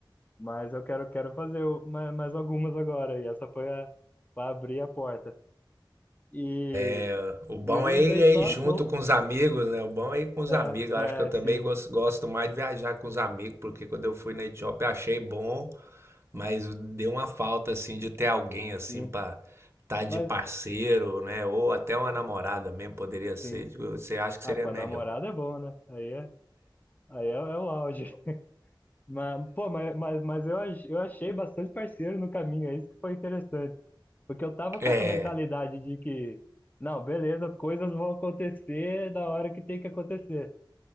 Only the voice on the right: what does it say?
É, O bom
é ir,
é ir junto
com os amigos, né? O bom é ir com os
amigos. Eu acho que eu
também
gos- gosto mais de viajar com os amigos, porque quando eu fui na Etiópia achei bom, mas deu uma falta assim de ter alguém assim
para estar de
parceiro, né? Ou até uma namorada mesmo poderia ser.
Tipo, Você acha que
seria
melhor?
É.